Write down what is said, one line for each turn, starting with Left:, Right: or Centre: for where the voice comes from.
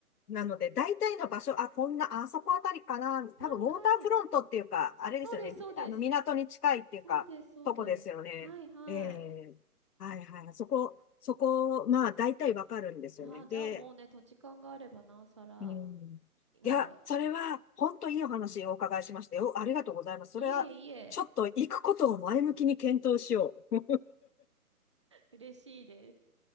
Left: なので、大体の場所、あ、こんな、あそこあたりかな。
Right: はいはい。
Left: 多分、ウォーターフロントっていうか、あれですよね。
Right: そうです、そうです。
Left: あの、港に近いっていうか、
Right: そうです、そうです。
Left: とこですよね。
Right: はいはい。
Left: ええはいはい。そこ、そこ、まあ、大体わかるんですよね。
Right: ああ、
Left: で、
Right: じゃあもうね、土地勘があればなおさら、
Left: うん。
Right: なんか、
Left: いや、それは、本当いいお話をお伺いしましたよ。ありがとうございます。それは、
Right: いえいえ、
Left: ちょっと行くことを前向きに検討しよう。
Right: 嬉しいです。